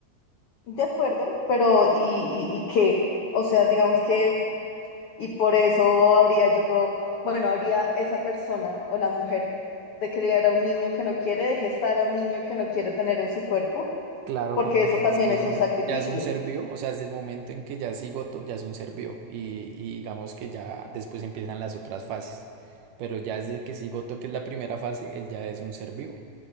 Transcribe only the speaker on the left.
¿de acuerdo? Pero ¿y, y, y qué? O sea, digamos que, y por eso habría yo, bueno, habría esa persona o la mujer de criar a un niño que no quiere, de gestar a un niño que no quiere tener en su cuerpo,
porque
eso también
es
un sacrificio.